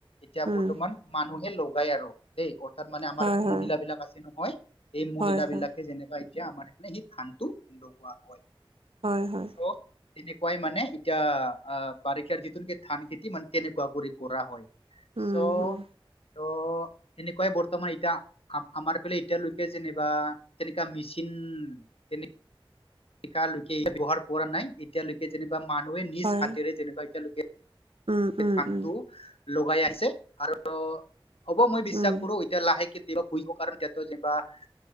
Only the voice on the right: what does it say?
উম
হয় হয়
হয় হয়
হয় হয়।
উম
উম
হয়
উম উম
উম
উম